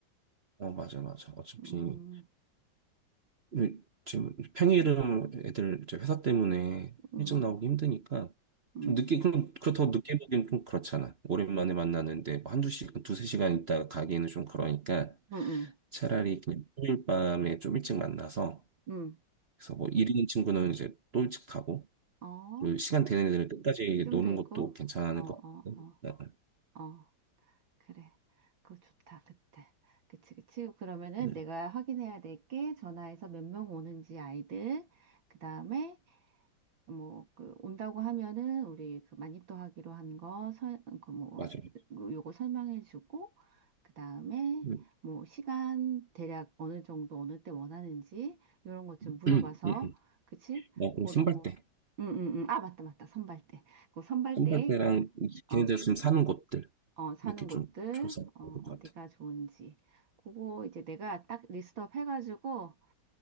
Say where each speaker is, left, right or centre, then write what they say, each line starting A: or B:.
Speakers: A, on the right (about 50°); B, on the right (about 75°).
A: 어, 맞아, 맞아. 어차피.
B: 음,
A: 그, 지금 평일은 애들 저 회사 때문에
B: 음,
A: 일찍 나오기 힘드니까
B: 음,
A: 좀 늦게 그럼 그렇다고 늦게 보기엔 좀 그렇잖아. 오랜만에 만나는데 뭐 한두 시간, 두세 시간 있다가 가기에는 좀 그러니까
B: 음, 음,
A: 차라리 그냥 평일 밤에 좀 일찍 만나서
B: 음.
A: 그래서 뭐 일 있는 친구는 이제 또 일찍 가고
B: 어,
A: 그리고 시간 되는 애들은 끝까지
B: 좀
A: 노는
B: 더 있고?
A: 것도 괜찮은
B: 어, 어,
A: 것 같거든.
B: 어, 어. 그래. 그거 좋다. 그때. 그치, 그치. 그러면은
A: 음,
B: 내가 확인해야 될 게 전화해서 몇 명 오는지 아이들, 그 다음에 뭐, 그, 온다고 하면은 우리 그 마니또 하기로 한 거, 설, 그 뭐,
A: 맞아요.
B: 그 요거 설명해 주고, 그 다음에
A: 음.
B: 뭐, 시간, 대략 어느 정도, 어느 때 원하는지, 요런 것
A: <clears throat>
B: 좀 물어봐서,
A: 음, 음. 음.
B: 그치?
A: 어,
B: 그런
A: 그리고 선발대.
B: 거. 응, 응, 응. 아, 맞다, 맞다. 선발 때. 그 선발
A: 깜발배랑
B: 때, 어,
A: 걔네들 좀 사는 곳들
B: 어, 사는
A: 이렇게
B: 곳들,
A: 좀 조사해야
B: 어,
A: 것
B: 어디가
A: 같아.
B: 좋은지. 그거 이제 내가 딱 리스트업 해가지고